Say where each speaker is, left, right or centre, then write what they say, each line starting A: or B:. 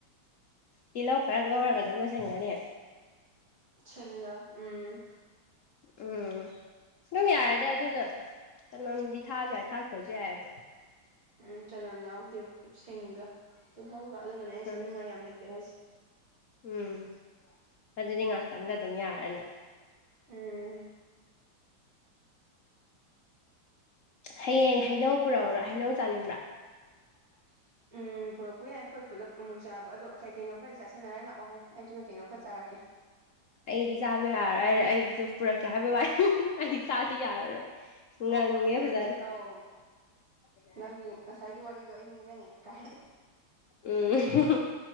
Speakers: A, on the left (about 80°); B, on the right (about 35°).
A: ꯇꯤꯜꯍꯧ ꯈꯔ ꯉꯧꯔꯒ ꯑꯗꯨꯝ ꯂꯣꯏꯁꯤꯟꯒꯅꯤ
B: ꯆꯒꯥ ꯎꯝ
A: ꯎꯝ ꯑꯗꯨꯝ ꯌꯥꯔꯗꯤ ꯑꯗꯨꯅ ꯆꯅꯝꯗꯤ ꯊꯥꯁꯨ ꯌꯥꯏ ꯊꯥꯛꯇꯁꯨ ꯌꯥꯏꯑꯕ
B: ꯎꯝ ꯆꯅꯝ ꯌꯥꯎꯗꯦꯕ ꯁꯤꯡꯒ ꯇꯤꯜꯍꯧꯒ ꯑꯗꯨꯅꯅꯦ ꯑꯩꯅ ꯁꯦꯝꯅꯤꯡꯉꯥꯏ
A: ꯎꯝ
B: ꯌꯥꯝ ꯂꯩꯇꯦ ꯍꯥꯏꯁꯦ
A: ꯎꯝ ꯑꯗꯨꯗꯤ ꯉꯥꯛꯇꯪꯗ ꯑꯗꯨꯝ ꯌꯥꯔꯅꯤ
B: ꯎꯝ
A: ꯍꯌꯦꯡ ꯍꯩꯅꯧ ꯄꯨꯔꯛꯎꯔ ꯍꯩꯅꯧ ꯆꯥꯅꯤꯡꯕ꯭ꯔꯥ
B: <unintelligible> ꯎꯝ ꯄꯨꯔꯛꯄ ꯌꯥꯏ ꯑꯩꯈꯣꯏ ꯄꯨꯂꯞ ꯑꯃꯨꯛ ꯆꯥꯕ ꯑꯗꯣ ꯀꯩꯀꯩꯅꯣ ꯈꯔꯗꯤ ꯆꯥꯁꯤꯟꯅꯔꯒ ꯂꯥꯛꯑꯣꯍꯦ ꯑꯩꯁꯨ ꯀꯩ ꯀꯩꯅꯣ ꯈꯔ ꯆꯥꯔꯛꯀꯦ
A: ꯑꯩꯗꯤ ꯆꯥꯕ ꯌꯥꯔꯣꯏ ꯑꯩꯗꯤꯁꯨ ꯄꯨꯔꯛꯀꯦ ꯍꯥꯏꯕ ꯋꯥꯏ ꯃꯍꯤ ꯆꯥꯗꯤ ꯌꯥꯔꯔꯣꯏ ꯉꯪꯉꯦ
B: ꯍꯣꯏ ꯍꯣꯏ ꯅꯪ
A: ꯐꯖꯅ
B: ꯑꯧ
A: ꯑꯗꯨꯅꯦ
B: ꯅꯪꯒꯤ ꯉꯁꯥꯏꯒꯤ ꯋꯥꯔꯤꯗꯣ ꯑꯩ ꯅꯤꯡꯁꯤꯡꯉꯦ ꯀꯥꯏ
A: ꯎꯝ